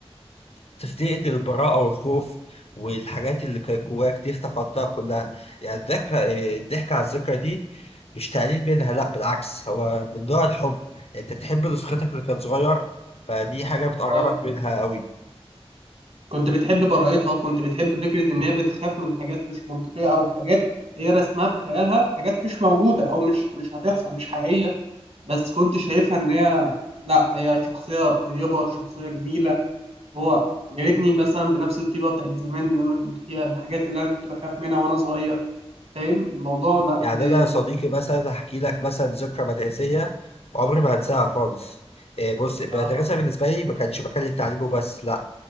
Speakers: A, on the left; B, on the right.
A: بتفتقد البراءة والخوف والحاجات اللي كانت جواك دي افتقدتها كلها يعني الضحك الضحك على الذكرى دي مش تقليل منها لا بالعكس هو من نوع الحب يعني انت بتحب نسختك اللي كانت صغيرة فدي حاجة بتقربك
B: اه
A: منها قوي
B: كنت بتحب براءتها كنت بتحب فكره ان هي بتخاف من حاجات مش منطقيه او حاجات هي رسمها في خيالها حاجات مش موجوده او مش مش هتحصل مش حقيقيه بس كنت شايفها ان هي لا هي شخصية طيبة شخصية جميلة هو يا ريتني مثلا بنفس الطيبة بتاعت زمان اللي انا كنت فيها الحاجات اللي انا كنت بخاف منها وانا صغير فاهم الموضوع لا
A: يعني
B: ب...
A: انا صديقي مثلا هحكي لك مثلا ذكرى مدرسيه عمري ما هنساها خالص إيه بص المدرسه
B: آه،
A: بالنسبه لي ما كانش مكان للتعليم وبس لا